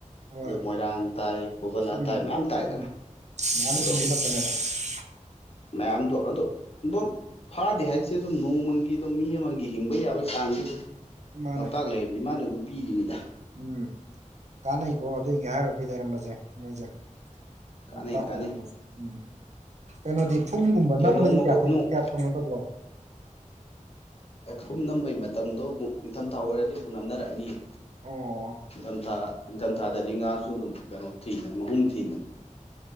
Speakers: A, on the right; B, on the left.
A: ꯍꯣꯏ
B: ꯑꯗꯨ ꯃꯣꯏꯔꯥꯡ ꯇꯥꯏ ꯐꯧꯕꯂꯥ
A: ꯎꯝ
B: ꯇꯥꯏ ꯃꯌꯥꯝ ꯇꯥꯏꯗꯅ
A: ꯎꯝ ꯃꯌꯥꯝꯗ
B: ꯑꯗꯣ
A: ꯄꯨꯟꯁꯤꯜꯂꯛꯄꯅꯦꯕ <unintelligible>
B: ꯃꯌꯥꯝꯗꯣ ꯑꯗꯣ ꯗꯨꯝ ꯐꯥꯗꯦ ꯍꯥꯏꯆꯦ ꯑꯗꯨꯝ ꯅꯣꯡꯃꯒꯤ ꯑꯗꯨꯝ ꯃꯤ ꯑꯃꯒꯤ ꯍꯤꯡꯕ ꯌꯥꯕꯩ ꯆꯥꯡꯗꯤ ꯑꯗꯨꯝ
A: ꯃꯥꯅꯦ
B: ꯂꯣꯛꯇꯥꯛ ꯂꯩꯔꯤꯕꯤ ꯏꯃꯥꯅ ꯑꯗꯨꯝ ꯄꯤꯔꯤꯃꯤꯗ
A: ꯎꯝ ꯀꯥꯟꯅꯩꯀꯣ ꯑꯗꯨꯏꯒꯤ ꯍꯥꯏꯔꯨꯔꯗꯤ ꯂꯩꯔꯝꯕꯖꯦ ꯃꯣꯏꯖꯦ
B: ꯀꯥꯟꯅꯩ
A: ꯂꯣꯛꯇꯥꯛ
B: ꯀꯥꯟꯅꯩ
A: ꯂꯩꯔꯝꯕꯁꯦ ꯎꯝ ꯀꯩꯅꯣꯗꯤ ꯐꯨꯝꯒꯨꯝꯕ
B: ꯀ
A: ꯅꯝꯕꯗꯤ
B: ꯅꯣꯡꯃ
A: ꯀꯌꯥ ꯊꯧ
B: ꯅꯣꯡ
A: ꯀꯌꯥ ꯇꯧꯅꯗꯂꯕ꯭ꯔꯣ
B: ꯑꯦ ꯐꯨꯝ ꯅꯝꯕꯩ ꯃꯇꯝꯗꯣ ꯑꯃꯨꯛ ꯅꯤꯡꯊꯝꯊꯥ ꯑꯣꯏꯔꯗꯤ ꯑꯃꯨꯛ ꯅꯝꯅꯔꯛꯑꯅꯤꯌꯦ
A: ꯑꯣ
B: ꯏꯡꯊꯝꯊꯥ ꯏꯡꯊꯝꯊꯥꯗꯗꯤ ꯉꯥꯁꯨ ꯑꯗꯨꯝ ꯀꯩꯅꯣ ꯊꯤꯕꯟ ꯃꯍꯨꯝ ꯊꯤꯗꯟ